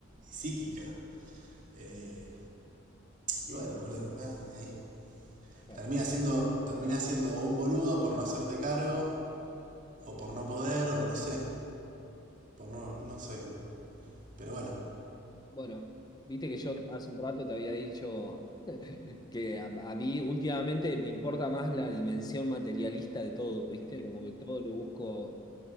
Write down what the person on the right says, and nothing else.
y psíquica. Eh, y bueno, boludo, nada, ahí.
Termina siendo, termina siendo un boludo por no hacerte cargo, o por no poder, o no sé, por no, no sé, Pero bueno,